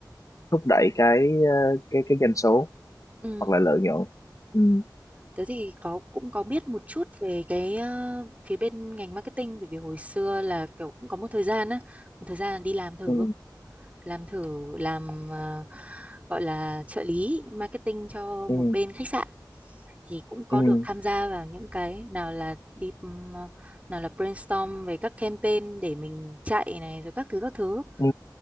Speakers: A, on the left; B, on the right.
A: thúc đẩy cái ờ, cái cái doanh số
B: Ừ,
A: hoặc là lợi nhuận Ừ.
B: tớ thì có cũng có biết một chút về cái ờ, phía bên ngành marketing bởi vì hồi xưa là kiểu cũng có một thời gian á, một thời gian là đi làm thử,
A: ừ
B: làm thử làm ờ, gọi là trợ lý marketing cho một
A: ừ
B: bên khách sạn thì cũng có
A: ừ
B: được tham gia vào những cái nào là đi ừm, ờ, nào là brainstorm về các campaign để mình chạy này rồi các thứ các thứ
A: ừ